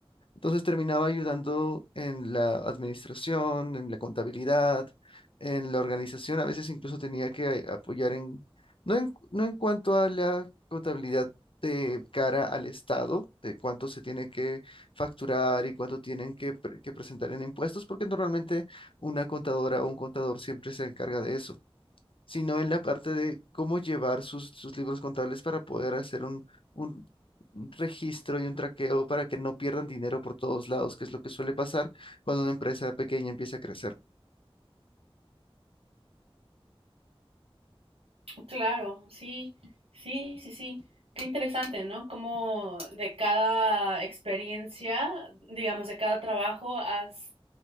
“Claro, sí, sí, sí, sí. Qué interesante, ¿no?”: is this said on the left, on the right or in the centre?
Right